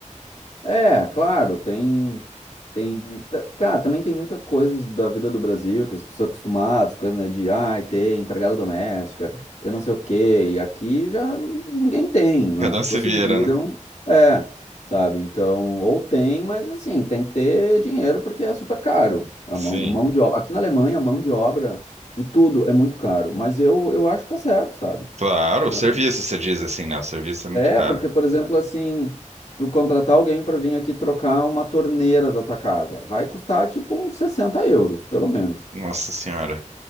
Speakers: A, on the left; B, on the right.
A: É, claro, tem, tem, ta- cara, também tem muita coisa da vida do Brasil que as pessoas estão acostumadas, coisa, né, de, ai, ter empregada doméstica, ter não sei o quê, e aqui já ninguém tem, né,
B: Cada
A: as pessoas
B: um se vira,
A: se viram,
B: né?
A: é, sabe, então, ou tem, mas assim, tem que ter dinheiro porque é super caro, a
B: Sim.
A: mão, mão de obra, aqui na Alemanha, a mão de obra de tudo é muito caro, mas eu, eu acho que tá certo, sabe,
B: Claro,
A: então,
B: o serviço, você diz assim, né? O serviço é muito
A: é,
B: caro.
A: porque, por exemplo, assim, tu contratar alguém para vir aqui trocar uma torneira da tua casa, vai custar tipo uns 60 euros, pelo menos.
B: Nossa senhora.